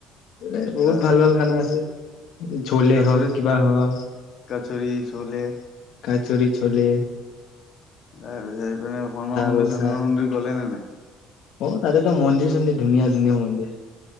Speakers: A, on the left; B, on the left.
A: এ বহুত
B: তাৰ
A: ভাল ভাল খানা আছে। ঝলে
B: কচৰি
A: হওঁক কিবা হওঁক।
B: কচৰি চলে
A: কছুৰি চ্চোলে।
B: তাৰ পিছত এইপিনে হনুমান মন্দিৰ
A: কচা
B: হনুমান মন্দিৰ গলে নে নাই।
A: অ, তাতে ত মন্দিৰ চ ধুনীয়া ধুনীয়া মন্দিৰ।